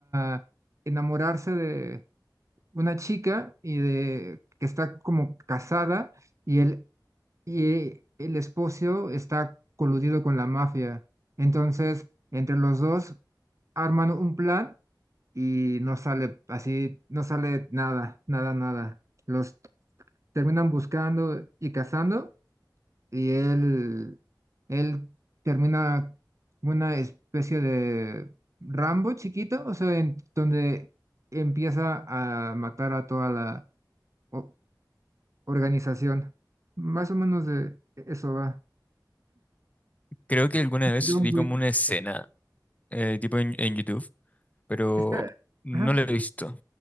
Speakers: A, on the right; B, on the left.
A: a enamorarse de una chica y de que está como casada y él y eh, el esposo está coludido con la mafia. Entonces, entre los dos arman un plan y no sale así, no sale nada, nada, nada. Los terminan buscando y cazando y él, él termina una especie de Rambo chiquito, o sea, en donde empieza a matar a toda la o- organización. Más o menos de eso va.
B: Creo que alguna vez
A: John
B: vi
A: Wick.
B: como una escena, eh, tipo en, en YouTube. pero
A: Está,
B: no
A: ajá,
B: la he visto.